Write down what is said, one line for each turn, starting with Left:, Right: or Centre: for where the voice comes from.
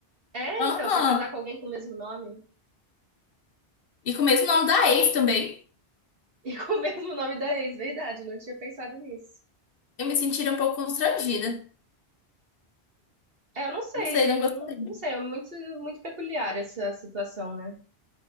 Right: É,
Left: Aham.
Right: então, você casar com alguém com o mesmo nome
Left: E com o mesmo nome da ex também.
Right: <laughs> e com o <laughs> mesmo nome da ex, verdade, não tinha pensado nisso.
Left: Eu me sentiria um pouco constrangida.
Right: É, eu não sei,
Left: Não sei, não gostaria.
Right: não, não sei, é muito, muito peculiar essa situação, né?